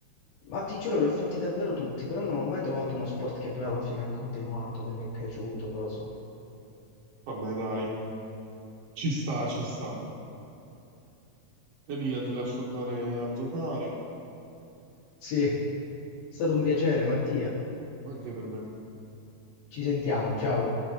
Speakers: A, on the left; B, on the right.
A: Ma ti giuro, li ho fatti davvero tutti, però non ho mai trovato uno sport che poi alla fine ho continuato, che mi è piaciuto, cosa.
B: Vabbè, dai. Ci sta, ci sta. Elia, ti lascio andare a giocare,
A: Sì, è stato un piacere, Mattia.
B: anche per me.
A: Ci sentiamo, ciao.